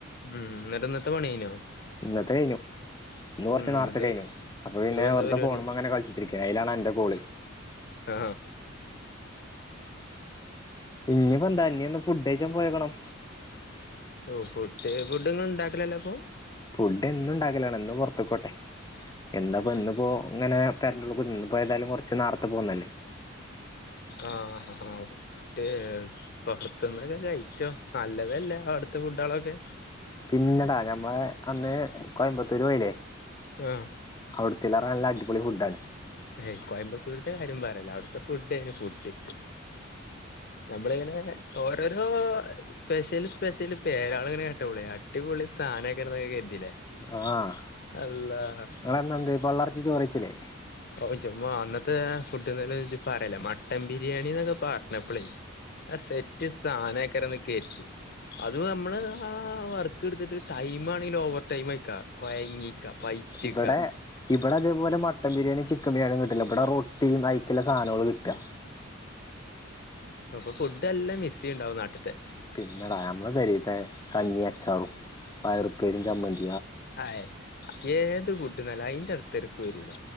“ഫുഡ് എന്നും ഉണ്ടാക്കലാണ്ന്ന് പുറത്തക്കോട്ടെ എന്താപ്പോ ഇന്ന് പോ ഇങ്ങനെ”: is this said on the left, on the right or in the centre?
Left